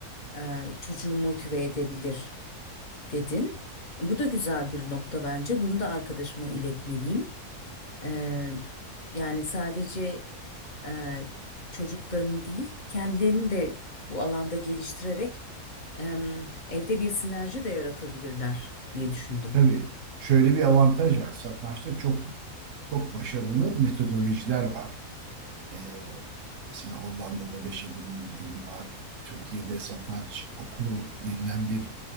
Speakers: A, on the left; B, on the right.
A: e, çocuğu motive edebilir dedin. Bu da güzel bir nokta bence. Bunu da arkadaşıma iletmeliyim. Ee, yani sadece e, çocuklarını değil, kendilerini de bu alanda geliştirerek em, evde bir sinerji de yaratabilirler diye düşündüm.
B: Tabii şöyle bir avantaj var. Satrançta çok çok başarılı metodolojiler var. Ee, Mesela Hollanda'da beş adım yöntemi var. Türkiye'de satranç okulu denilen bir